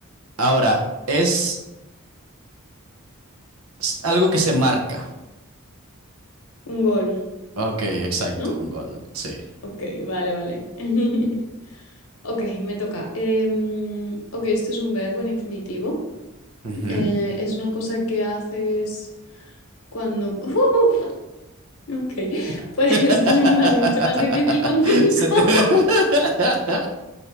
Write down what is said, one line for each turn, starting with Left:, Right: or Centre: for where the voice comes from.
Right: Ahora, es s- algo que se marca.
Left: un gol,
Right: Ok, exacto,
Left: ¿no?
Right: un gol, sí.
Left: Ok, vale, vale. <laughs> Ok, me toca. Em, ok, esto es un verbo en infinitivo.
Right: Ujú.
Left: Eh, es una cosa que haces cuando... <laughs> Ok, <laughs>
Right: <laughs>
Left: pues es que es más, mucho más difícil con cinco.
Right: Se te...
Left: <laughs>
Right: <laughs>